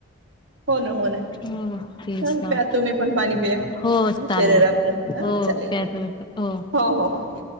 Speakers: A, on the right (about 65°); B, on the left (about 20°).
A: हो ना, हो ना.
B: हो ते
A: चाल
B: ना
A: प्या तुम्ही पण पाणी पिया.
B: हो चालेल
A: शरीर आपलं. हा
B: हो.
A: चालेल ठीक.
B: हो.
A: हो हो ठीक.